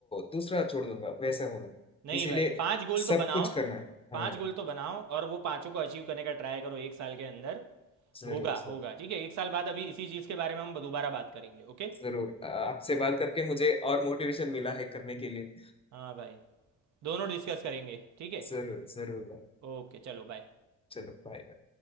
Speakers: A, on the left (about 20°); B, on the right (about 65°).
A: दूसरा छोड़ दूंगा वैसा होना है
B: नहीं
A: इसीलिए
B: भाई पांच गोल तो
A: सब
B: बनाओ
A: कुछ करना है
B: पांच
A: हाँ
B: गोल तो बनाओ और वो पांचों को अचीव करने का ट्राई करो एक साल के अंदर
A: जरूर
B: होगा
A: जरूर
B: होगा ठीक है एक साल बाद अभी इसी चीज़ के बारे में हम दोबारा बात करेंगे ओके
A: जरूर आ, आपसे बात करके मुझे और मोटिवेशन मिला है करने के लिए
B: हाँ भाई दोनों डिस्कस करेंगे ठीक है
A: जरूर जरूर भाई,
B: ओके चलो बाय
A: चलो बाय बाय।